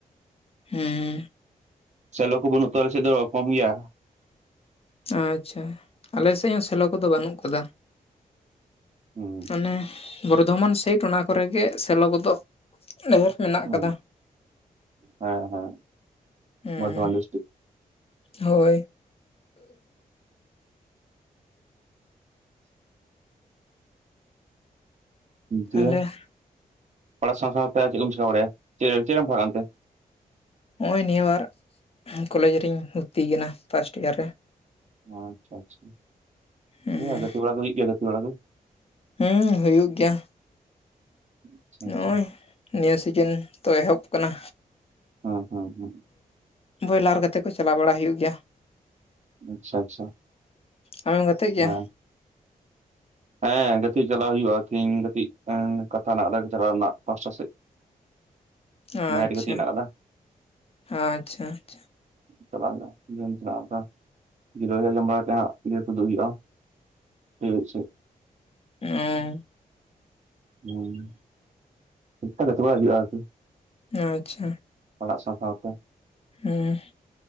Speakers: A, on the left; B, on the right.
A: ᱦᱮᱸᱻ
B: ᱥᱮᱞᱚ ᱠᱩ ᱵᱟᱹᱱᱩᱜ ᱛᱚ ᱟᱞᱮ ᱥᱮᱜ ᱫᱩ‌ ᱠᱚᱢ ᱜᱮᱭᱟ᱾
A: ᱟᱪᱪᱷᱟ ᱟᱞᱮ ᱥᱮᱜ ᱦᱚᱸ ᱥᱮᱞᱚ ᱠᱚᱫᱚ ᱵᱟᱹᱱᱩᱜ ᱠᱟᱫᱟ᱾
B: ᱦᱩᱸ
A: ᱚᱱᱮ ᱵᱚᱨᱫᱷᱚᱢᱟᱱ ᱥᱟᱭᱴ ᱚᱱᱟ ᱠᱚᱨᱮ ᱜᱮ ᱥᱮᱞᱚ ᱜᱫᱚ ᱰᱷᱮᱨ ᱢᱮᱱᱟᱜ
B: ᱦᱩ
A: ᱠᱟᱫᱟ
B: ᱦᱮᱸ ᱦᱮᱸ
A: ᱦᱩᱸ
B: ᱵᱚᱨᱫᱷᱚᱢᱟᱱ ᱰᱤᱥᱴᱤᱠ᱾
A: ᱦᱳᱭ
B: ᱡᱮ
A: ᱛᱟᱦᱞᱮ
B: ᱯᱟᱨᱦᱟᱜ ᱥᱟᱶ ᱥᱟᱶᱛᱮ ᱪᱮᱫ ᱠᱚᱢ ᱪᱤᱠᱟᱹ ᱵᱟᱲᱟᱭᱟ ᱪᱮ ᱪᱮᱜ ᱮᱢ ᱨᱮᱢ ᱯᱟᱨᱦᱟᱜᱼᱟ ᱠᱟᱱ ᱛᱮ?
A: ᱱᱚᱜᱼᱚᱭ ᱱᱤᱭᱟᱹ ᱵᱟᱨ ᱠᱚᱞᱮᱡᱽ ᱨᱤᱧ ᱵᱷᱩᱨᱛᱤ ᱠᱟᱱᱟ ᱯᱷᱟᱥᱴ ᱤᱭᱟᱨ ᱨᱮ
B: ᱚ ᱟᱪᱪᱷᱟ ᱟᱪᱪᱷᱟ
A: ᱦᱩᱸ
B: ᱜᱟᱛᱮ ᱵᱟᱲᱟ ᱠᱚ ᱦᱩᱭᱩᱜ ᱜᱤᱭᱟ ᱜᱟᱛᱮ ᱵᱟᱲᱟ ᱠᱚ?
A: ᱦᱩᱸ ᱷᱩᱦᱩᱭᱜᱱᱴᱷ
B: ᱟᱪᱪᱷᱟ
A: ᱜᱮ
B: ᱟᱪᱪᱷᱟ
A: ᱱᱤᱭᱟᱹ ᱥᱤᱡᱤᱱ ᱫᱚ ᱮᱦᱚᱵ ᱠᱟᱱᱟ᱾
B: ᱦᱚᱸ ᱦᱚᱸ
A: ᱵᱚᱭᱞᱟᱨ ᱜᱟᱛᱮ ᱠᱚ ᱪᱟᱞᱟᱣ ᱵᱟᱲᱟ ᱦᱩᱭᱩᱜ ᱜᱮᱭᱟ᱾
B: ᱟᱪᱪᱷᱟ ᱟᱪᱪᱷᱟ
A: ᱟᱢᱮᱢ ᱜᱟᱛᱮᱜ ᱜᱮᱭᱟ?
B: ᱦᱮᱸ ᱦᱮᱸ ᱜᱟᱛᱮᱜ ᱪᱟᱞᱟᱜᱣ ᱦᱩᱭᱩᱜᱼᱟ ᱛᱦᱤᱧ ᱠᱟᱴᱤᱜ ᱠᱟᱛᱷᱟ ᱢᱮᱱᱟᱜ ᱪᱟᱞᱟᱣ ᱨᱮᱱᱟᱜ ᱯᱟᱸᱪᱴᱟ ᱥᱮᱫ᱾ <unintelligible>
A: ᱟᱪᱪᱷᱟ,
B: ᱜᱟᱛᱮᱜ ᱦᱮᱱᱟᱜ ᱟᱠᱟᱫᱟ
A: ᱟᱪᱪᱷᱟ ᱟᱪᱪᱷᱟ
B: ᱪᱟᱞᱟᱣ ᱦᱤᱞᱚᱜ ᱡᱩᱫᱤᱢ ᱪᱟᱣ ᱠᱚᱜ-ᱟ ᱡᱤᱨᱟᱹᱣ ᱡᱚᱢ ᱵᱟᱲᱟ ᱛᱮ ᱦᱟᱸᱜ ᱡᱮᱷᱮᱛᱩ ᱫᱮᱨᱤᱜ-ᱟ ᱴᱦᱤᱜᱟᱪᱷᱮ
A: ᱚᱸ
B: ᱦᱩᱸ᱾ <unintelligible> ᱦᱤᱡᱩᱜ-ᱟ ᱟᱨᱠᱤ
A: ᱟᱪᱪᱷᱟ
B: ᱯᱟᱲᱦᱟᱜ ᱥᱟᱶ ᱥᱟᱶᱛᱮ
A: ᱦᱩᱸ ᱾